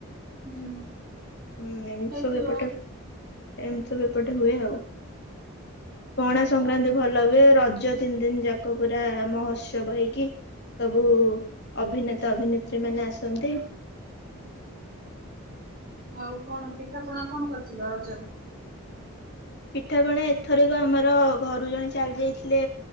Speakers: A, on the right; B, on the left.
A: ହୁଁ
B: ହୁଁ, ଏମ
A: ହେଇଥିବ
B: ସବୁ ଏପଟେ ଏମିତି ସବୁ ଏପଟେ ହୁଏ ଆଉ, ପଣା ସଂକ୍ରାନ୍ତି
A: ହଁ।
B: ଭଲ ହୁଏ, ରଜ ଜ ତିନି ଦିନ ଯାକ ପୁରା ମହୋତ୍ସବ ହେଇକି, ସବୁ ଅଭିନେତା ଅଭିନେତ୍ରୀ ମାନେ ଆସନ୍ତି।
A: ଆଉ କଣ ପିଠା ପଣା କଣ କରିଥିଲ? ରଜରେ
B: ପିଠାପଣା ଏଥରକ ଆମର ଘରୁ ଜଣେ ଚାଲି ଯାଇଥିଲେ,